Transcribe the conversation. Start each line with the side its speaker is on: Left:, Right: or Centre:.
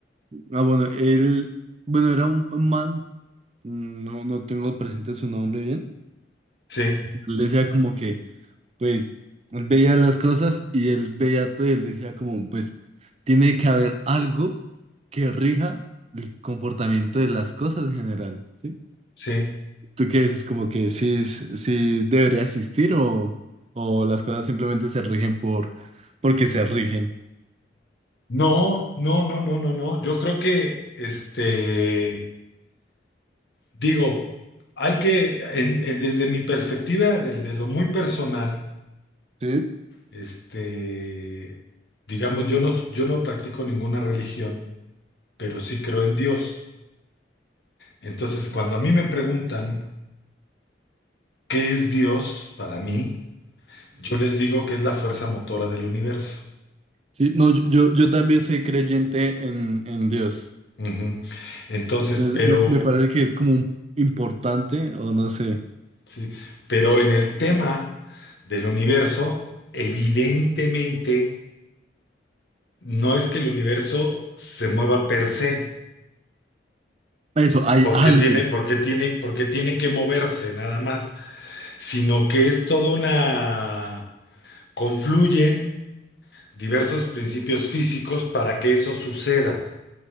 Right: Ah, bueno, él, bueno, era un, un man, mm, no, no tengo presente su nombre bien.
Left: sí,
Right: Él decía como que... pues él veía las cosas y él veía todo y él decía como, pues tiene que haber algo que rija el comportamiento de las cosas en general, ¿sí?
Left: sí.
Right: ¿Tú qué dices? Como que sí, es- sí debería existir o, o las cosas simplemente se rigen por, porque se rigen.
Left: No, no, no, no, no, no. Yo creo que, este, digo, hay que, en- en- desde mi perspectiva, desde lo muy personal,
Right: Sí.
Left: este, digamos, yo no, yo no practico ninguna religión, pero sí creo en Dios. Entonces, cuando a mí me preguntan, ¿Qué es Dios para mí? Yo les digo que es la fuerza motora del universo.
Right: Sí, no, yo, yo yo también soy creyente en, en Dios.
Left: Ujú. Entonces,
Right: Me,
Left: pero,
Right: me parece que es como importante, o no sé.
Left: sí, pero en el tema del universo, evidentemente, no es que el universo se mueva per se,
Right: Eso, hay
Left: porque
Right: algo.
Left: tiene, porque tiene, porque tiene que moverse nada más, sino que es toda una, confluyen diversos principios físicos para que eso suceda.